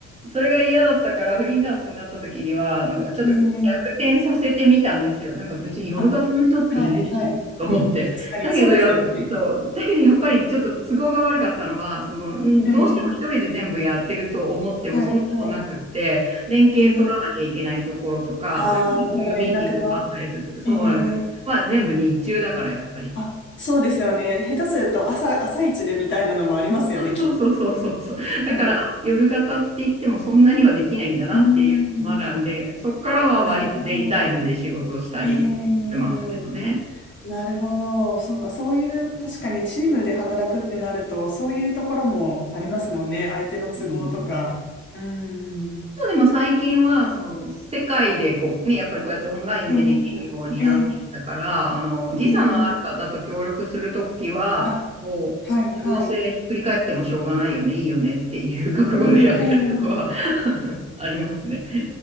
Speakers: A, on the right (about 20°); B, on the left (about 40°).
A: それが嫌だったから、フリーランスになった時には、あの、ちょっと逆転させてみたんですよ。
B: えー、
A: なんか別に夜型の人っているし、
B: あ、はい、はい。確
A: と思って。
B: かに、
A: だけどや、
B: そうですよね。
A: そう、だけどやっぱりちょっと都合が悪かったのは、その、んどうしても一人で全部やってると思ってもそんなことなくって、
B: えー、はい、はい。
A: 連携取らなきゃいけないところとか、
B: えー、ああ、
A: それこそズームミーティングとかあったりすると、
B: なるほど、連絡が。
A: そうなんですよ。
B: えー
A: まあ全部日中だからやっぱり。
B: あ、そうですよね。下手すると朝、朝一でみたいなのもありますよね、きっと。
A: そうそうそうそうそう。だから、
B: 確かに。
A: あ夜型って言ってもそんなにはできないんだなっていうのを学んで、
B: うーん、
A: そこからは割とデイタイムで仕事したりしてますけどね。
B: なるほど。ええなるほど。そうか、そういう、確かにチームで働くってなると、そういうところもありますもんね。相手の都合とか。
A: うん
B: うーん。
A: でも最近は、その、世界でこう、ね、やっぱりこうやってオンラインでできるようになってきたから、
B: えええ
A: あの、時差のある方と協力するときは、
B: えええあ、
A: こう、
B: はい、はい。
A: どうせひっくり返ってもしょうがないよね、いいよねっていう覚悟でやったりとかは
B: うん、
A: <laughs>
B: ええ
A: ありますね。